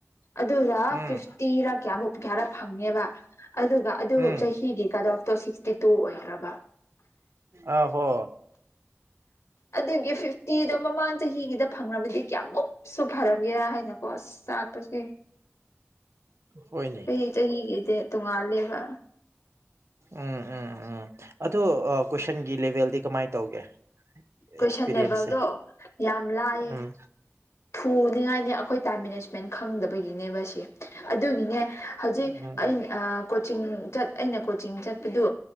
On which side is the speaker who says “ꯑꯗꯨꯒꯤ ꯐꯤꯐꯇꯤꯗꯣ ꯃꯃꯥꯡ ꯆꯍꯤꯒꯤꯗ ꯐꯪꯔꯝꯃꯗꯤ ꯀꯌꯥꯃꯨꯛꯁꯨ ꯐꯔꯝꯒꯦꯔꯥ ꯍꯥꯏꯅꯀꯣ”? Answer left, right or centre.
Left